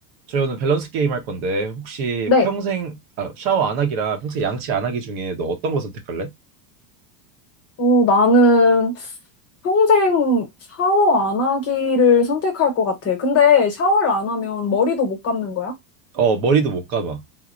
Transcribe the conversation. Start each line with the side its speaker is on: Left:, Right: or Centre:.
Right: 저희 오늘 밸런스 게임 할 건데 혹시
Left: 네.
Right: 평생 아, 샤워 안 하기랑 평생 양치 안 하기 중에 너 어떤 거 선택할래?
Left: 어, 나는 평생 샤워 안 하기를 선택할 것 같아. 근데 샤워를 안 하면 머리도 못 감는 거야?
Right: 어 머리도 못 감아.